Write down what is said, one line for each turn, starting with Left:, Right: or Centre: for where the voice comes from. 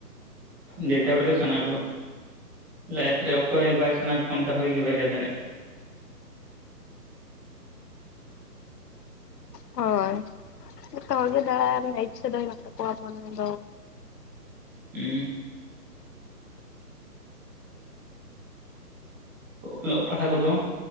Centre: ᱡᱮᱛᱮ ᱦᱚᱲ ᱜᱮ ᱥᱟᱱᱟ ᱠᱚᱣᱟ᱾ ᱞᱟᱭᱤᱯ ᱨᱮ ᱚᱠᱚᱭ ᱵᱟᱭ ᱥᱟᱱᱟ ᱠᱚᱣᱟ ᱚᱱᱠᱟ ᱦᱳᱭ ᱜᱮ ᱵᱟᱭ ᱦᱳᱭ ᱫᱟᱲᱮᱭᱟᱜᱼᱟ᱾
Left: ᱦᱚᱭ ᱡᱷᱚᱛᱚ ᱦᱚᱲ ᱜᱮ ᱫᱟᱬᱟ ᱨᱮᱱᱟᱜ ᱤᱪᱷᱟᱹ ᱫᱚ ᱦᱮᱱᱟᱜ ᱛᱟᱠᱚᱣᱟ ᱢᱚᱱᱮ ᱨᱮᱫᱚ᱾
Centre: ᱩᱸ ᱚᱞᱚᱜ ᱯᱟᱲᱦᱟᱜ ᱠᱚᱫᱚ